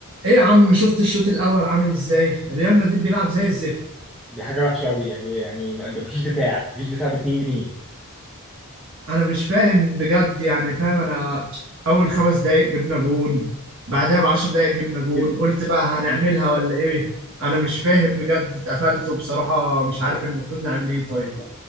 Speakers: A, on the right; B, in the centre.
A: ايه يا عم شفت الشوط الاول عامل ازاي ريال مدريد بيلعب زي الزفت
B: دي حاجة وحشة أوي يعني إيه؟ يعني ما- ده مفيش دفاع مفيش دفاع ب 2 جنيه
A: انا مش فاهم بجد يعني فاهم انا اول خمس دقايق جبنا جون بعدها بعشر دقايق جبنا جون
B: دي-
A: قلت بقى هنعملها ولا ايه انا مش فاهم بجد اتقفلت وبصراحة مش عارف المفروض نعمل ايه طيب